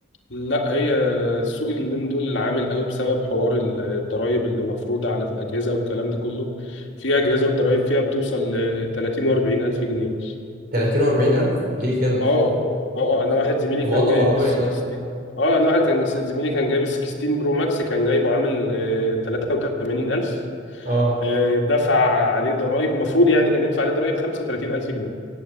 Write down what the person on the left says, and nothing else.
لا هي السوق اليومين دول عامل قوي بسبب حوار ال- الضرايب اللي مفروضة على الأجهزة والكلام ده كله في أجهزة الضرايب فيها بتوصل ل 30 و40 ألف جنيه
اه اه اه انا واحد زميلي
كان
جايب
بال 16
اه انا واحد كان زميلي كان جايب ال 16 برو ماكس كان جايبه عامل آه، 38000
آه، دفع عليه ضرائب المفروض يعني كان يدفع عليه ضرائب 35000 جنيه